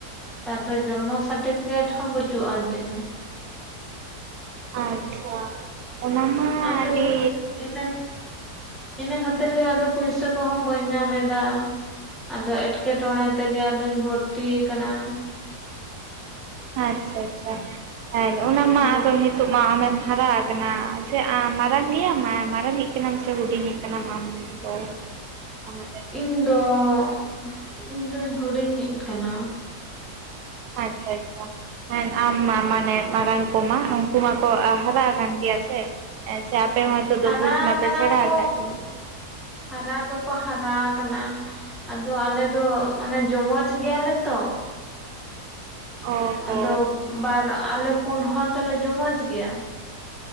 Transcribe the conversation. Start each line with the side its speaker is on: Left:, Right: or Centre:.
Centre: ᱛᱟᱨᱯᱚᱨᱮ ᱡᱚᱱᱢᱚ ᱥᱟᱨᱴᱤᱯᱤᱠᱮᱴ ᱦᱚᱸ ᱵᱟᱹᱪᱩᱜ ᱟᱱ ᱛᱤᱧᱟᱹ ᱾
Right: <inaudible> ᱚᱱᱟ ᱢᱟ
Centre: ᱟᱫᱚ
Right: ᱟᱹᱰᱤ
Centre: ᱞᱮ ᱤᱱᱟᱹᱠᱷ <unintelligible> ᱤᱱᱟᱹ ᱠᱷᱟᱹᱛᱤᱨ ᱜᱮ ᱟᱫᱚ ᱯᱩᱭᱥᱟᱹ ᱠᱚᱦᱚᱸ ᱵᱟᱹᱧ ᱧᱟᱸᱢ ᱮᱫᱟ ᱾ ᱟᱫᱚ ᱮᱴᱠᱮᱴᱚᱬᱮ ᱛᱮᱜᱮ ᱟᱫᱩᱧ ᱵᱷᱚᱛᱛᱤ ᱠᱟᱱᱟ ᱾
Right: ᱟᱪᱪᱷᱟ ᱟᱪᱪᱷᱟ, ᱦᱮᱸ ᱚᱱᱟ
Centre: ᱦᱚᱸ
Right: ᱢᱟ ᱟᱫᱚ ᱱᱤᱛᱳᱜ ᱢᱟ ᱟᱢᱮᱢ ᱦᱟᱨᱟ ᱟᱠᱟᱱᱟ ᱾ ᱛᱷᱮ <unintelligible> ᱟᱻ ᱢᱟᱨᱟᱝᱜᱮᱭᱟ ᱢᱟ ᱢᱟᱨᱟᱝᱤᱡ ᱠᱮᱱᱟᱢ ᱥᱮ ᱦᱩᱰᱤᱧᱤᱡ ᱠᱟᱱᱟᱢ ᱟᱢ ᱫᱚ, ᱚᱱᱟᱜᱮ ᱾
Centre: ᱤᱧᱫᱚ ᱦᱩᱵᱤᱧ ᱫᱚ ᱦᱩᱰᱤᱧ ᱤᱡ ᱠᱟᱱᱟ ᱾
Right: ᱟᱪᱪᱷᱟ ᱟᱪᱪᱷᱟ ᱾ <unintelligible> ᱟᱢ ᱢᱟ ᱢᱟᱱᱮ ᱢᱟᱨᱟᱝ ᱠᱚᱢᱟ ᱩᱱᱠᱩ ᱢᱟᱠᱚ ᱟᱜ ᱦᱟᱨᱟ ᱟᱠᱟᱱ ᱜᱮᱭᱟ ᱥᱮ? ᱟᱸᱪᱪᱷᱟ ᱟᱯᱮ ᱦᱚᱸ ᱱᱤᱛᱚᱜ ᱫᱚ
Centre: ᱦᱟᱨᱟ
Right: ᱵᱩᱡᱽ ᱢᱟᱯᱮ
Centre: ᱠᱟᱱᱟ
Right: ᱥᱮᱬᱟ
Centre: ᱠᱚ
Right: ᱟᱠᱟᱜ ᱜᱮᱭᱟ ᱾
Centre: ᱦᱟᱨᱟ ᱫᱚᱠᱚ ᱦᱟᱨᱟ ᱟᱠᱟᱱᱟ ᱾ ᱟᱫᱚ ᱟᱞᱮ ᱫᱚ ᱢᱟᱱᱮ ᱡᱚᱢᱚᱡᱽ ᱜᱮᱭᱟᱞᱮ ᱛᱚ ᱾
Right: ᱚ ᱦᱚ
Centre: ᱟᱫᱚ ᱵᱟᱨ ᱟᱞᱮ ᱯᱩᱱ ᱦᱚᱲ ᱫᱚᱞᱮ ᱡᱚᱢᱚᱡᱽ ᱜᱮᱭᱟ ᱾